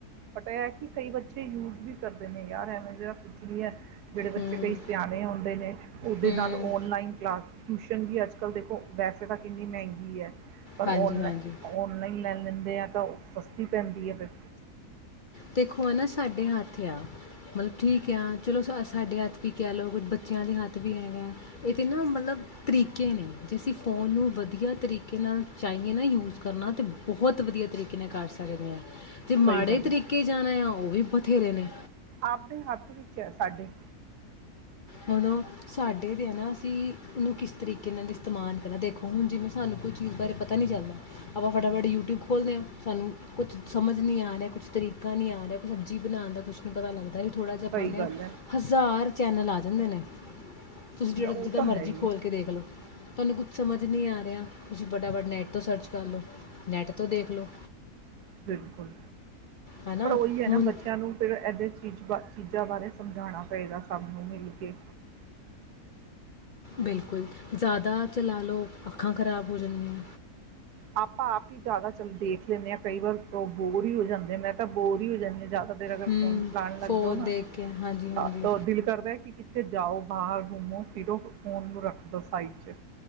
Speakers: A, on the right; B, on the left.
A: ਬਟ ਐ ਕਿ ਕਈ ਬੱਚੇ ਯੂਜ ਵੀ ਕਰਦੇ ਨੇ ਯਾਰ ਐਵੇਂ ਜਿਆ ਕੁੱਛ ਨੀ ਐ ਜਿਹੜੇ
B: ਹੂੰ
A: ਬੱਚੇ ਕਈ ਸਿਆਣੇ ਹੁੰਦੇ ਨੇ ਉਹਦੇ
B: ਹੂੰ
A: ਨਾਲ ਓਨਲਾਈਨ ਕਲਾਸ, ਟਿਊਸ਼ ਚੰਗੀ ਅੱਜ ਕੱਲ ਦੇਖੋ ਵੈਸੇ ਤਾਂ ਕਿੰਨੀ ਮਹਿੰਗੀ ਐ। ਪਰ
B: ਹਾਂਜੀ
A: ਓਨਲਾਈ
B: ਹਾਂਜੀ
A: ਓਨਲਾਈਨ ਲੈਣਾ ਲੈਂਦੇ ਆ ਤਾਂ ਉਹ ਸਸਤੀ ਪੈਂਦੀ ਐ ਫੇਰ।
B: ਦੇਖੋ ਐ ਨਾ ਸਾਡੇ ਹੱਥ ਆ, ਮਤਲਬ ਠੀਕ ਆ ਚਲੋ ਸਾ-ਸਾਡੇ ਹੱਥ ਵੀ ਕਹਿ ਲਓ, ਕੁਝ ਬੱਚਿਆਂ ਦੇ ਹੱਥ ਵੀ ਹੈਗੇ, ਇਹ ਤੇ ਨਾ ਮਤਲਬ ਤਰੀਕੇ ਨੇ, ਜੇ ਅਸੀਂ ਫ਼ੋਨ ਨੂੰ ਵਧੀਆ ਤਰੀਕੇ ਨਾਲ ਚਾਹੀਏ ਨਾ ਯੂਜ਼ ਕਰਨਾ ਤਾਂ ਬਹੁਤ ਵਧੀਆ ਤਰੀਕੇ ਨਾਲ ਕਰ ਸਕਦੇ ਆਂ। ਜੇ ਮਾੜੇ
A: ਸਹੀ ਗੱਲ
B: ਤਰੀ
A: ਹੈ
B: ਕੇ, ਉਹ ਵੀ ਬਥੇਰੇ ਨੇ।
A: ਆਪਦੇ ਹੱਥ ਵਿੱਚ ਐ ਸਾਡੇ।
B: ਹੁਣ ਸਾਡੇ ਤੇ ਆ ਨਾ ਅਸੀਂ ਉਹਨੂੰ ਕਿਸ ਤਰੀਕੇ ਨਾਲ ਇਸਤੇਮਾਲ ਕਰਾਂ, ਦੇਖੋ ਹੁਣ ਜਿਵੇਂ ਸਾਨੂੰ ਕੋਈ ਚੀਜ਼ ਬਾਰੇ ਪਤਾ ਨਹੀਂ ਚੱਲਦਾ, ਆਪਾਂ ਫਟਾਫਟ ਯੂਟਿਊਬ ਖੋਲਦੇ ਹਾਂ, ਸਾਨੂੰ ਕੁਛ ਸਮਝ ਨਹੀਂ ਆ ਰਿਹਾ, ਕੁਛ ਤਰੀਕਾ ਨਹੀਂ ਆ ਰਿਹਾ, ਕੁਛ ਸਬਜ਼ੀ ਬਣਾਉਣ ਦਾ ਕੁਛ ਨਹੀਂ ਪਤਾ ਲੱਗਦਾ ਇਥੋਂ ਥੋੜ੍ਹਾ ਜਿਹਾ
A: ਸਹੀ
B: ਪਾਨੇ
A: ਗੱਲ
B: ਆਂ,
A: ਹੈ
B: ਹਜ਼ਾਰ ਚੈਨਲ ਆ ਜਾਂਦੇ ਨੇ। ਤੁਸੀਂ ਜਿਹੜਾ
A: ਉਹ
B: ਜਿੱਦਾਂ
A: ਤਾਂ
B: ਮਰਜ਼ੀ
A: ਹੈ ਹੀ
B: ਖੋਲ ਕੇ ਦੇਖਲੋ। ਤੁਹਾਨੂੰ ਕੁਛ ਸਮਝ ਨਹੀਂ ਆ ਰਿਹਾ, ਤੁਸੀਂ ਫਟਾਫਟ ਨੈੱਟ ਤੋਂ ਸਰਚ ਕਰ ਲਉ, ਨੈੱਟ ਤੋਂ ਦੇਖ ਲਓ।
A: ਬਿਲਕੁਲ।
B: ਹੈ
A: ਪਰ ਓਹੀ ਐ
B: ਹੁਣ
A: ਨਾ ਬੱਚਿਆਂ ਨੂੰ ਫਿਰ ਇਏਦ ਚੀਜ਼ ਬਾ ਚੀਜ਼ਾਂ ਬਾਰੇ ਸਮਝਾਉਣਾ ਪਏਗਾ ਸਭ ਨੂੰ ਮਿਲ ਕੇ।
B: ਬਿਲਕੁਲ, ਜ਼ਿਆਦਾ ਚਲਾ ਲਓ, ਅੱਖਾਂ ਖਰਾਬ ਹੋ ਜਾਂਦੀਆਂ।
A: ਆਪਾਂ ਆਪ ਹੀ ਜ਼ਿਆਦਾ ਚੱਲ ਦੇਖ ਲੈਂਦੇ ਆਂ ਕਈ ਵਾਰ ਤੋ ਬੋਰ ਈ ਹੋ ਜਾਂਦੇ ਆਂ। ਮੈਂ ਤਾਂ ਬੋਰ ਹੀ ਹੋ ਜਾਂਦੀ ਆਂ ਜ਼ਿਆਦਾ ਦੇਰ ਅਗਰ
B: ਹੂੰ
A: ਫੋਨ ਚਲਾਉਣ ਲੱਗ
B: ਫੋਨ
A: ਜਾਓ ਨਾ,
B: ਦੇਖ ਕੇ ਹਾਂਜੀ ਹਾਂਜੀ
A: ਹਾਂ ਤੋਂ ਦਿਲ ਕਰਦਾ ਕਿ ਕਿੱਥੇ ਜਾਓ ਬਾਹਰ, ਘੁੰਮੋ-ਫਿਰੋ, ਫੋਨ ਨੂੰ ਰੱਖ ਦਿਓ ਸਾਈਡ 'ਚ।